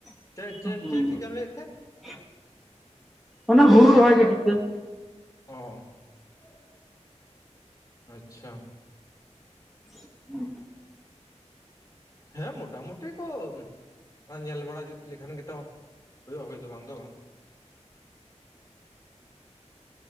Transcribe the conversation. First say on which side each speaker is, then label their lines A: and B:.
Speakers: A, in the centre; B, on the left (about 30°).
A: <unintelligible>
B: ᱪᱮᱫ ᱪᱮᱫ ᱪᱮᱫ ᱴᱷᱤᱠᱟᱹᱢ ᱞᱟᱹᱭᱮᱫ ᱛᱟᱦᱮᱸᱫ?
A: ᱚᱱᱟ ᱦᱩᱲᱩ ᱨᱟᱷᱟᱭ ᱜᱮ ᱴᱷᱤᱠᱟᱹ
B: ᱚᱻ ᱟᱪᱪᱷᱟ,
A: <unintelligible>
B: ᱦᱮᱸ ᱢᱚᱴᱟ ᱢᱩᱴᱤ ᱠᱚ ᱩᱢ, ᱧᱮᱞ ᱵᱟᱲᱟ ᱡᱩᱛ ᱞᱮᱠᱷᱟᱱ ᱜᱮᱛᱚ, ᱦᱩᱭᱩᱜᱼᱟ ᱦᱩᱭ ᱫᱚ ᱵᱟᱝ ᱫᱚ ᱵᱟᱝ᱾